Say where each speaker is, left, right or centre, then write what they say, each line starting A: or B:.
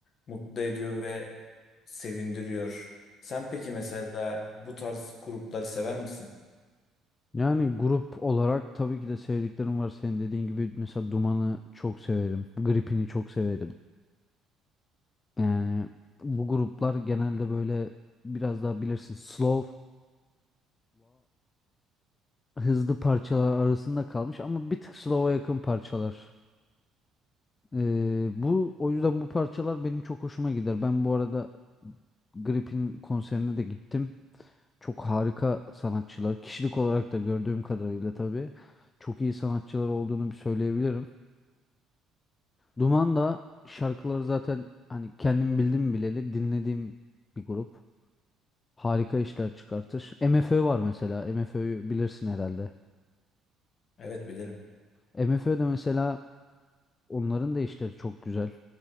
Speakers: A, on the left (about 50°); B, on the left (about 25°).
A: mutlu ediyor ve sevindiriyor. Sen peki mesela bu tarz grupları sever misin?
B: Yani grup olarak tabii ki de sevdiklerim var. Senin dediğin gibi mesela Duman'ı çok severim. Gripin'i çok severim. Yani bu gruplar genelde böyle biraz daha bilirsin slow'la hızlı parçalar arasında kalmış ama bir tık slow'a yakın parçalar. Ee, bu o yüzden bu parçalar benim çok hoşuma gider. Ben bu arada Grip'in konserine de gittim. Çok harika sanatçılar. Kişilik olarak da gördüğüm kadarıyla tabii çok iyi sanatçılar olduğunu bir söyleyebilirim. Duman da şarkıları zaten hani kendim bildim bileli dinlediğim bir grup. Harika işler çıkartır. MFÖ var mesela. MFÖ'yü bilirsin herhalde.
A: Evet bilirim.
B: MFÖ de mesela onların da işleri çok güzel.